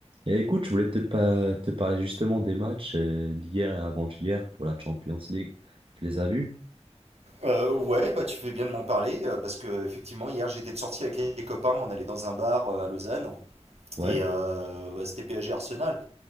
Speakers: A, on the right; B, on the right.
A: Et écoute, je voulais te, pa- te parler justement des matchs euh, d'hier et avant-hier pour la Champions League. Tu les as vus?
B: Euh, ouais, bah tu fais bien de m'en parler euh, parce que effectivement hier j'étais de sortie avec les copains, on allait dans un bar euh, à Lausanne
A: Ouais.
B: et euh, bah, c'était PSG Arsenal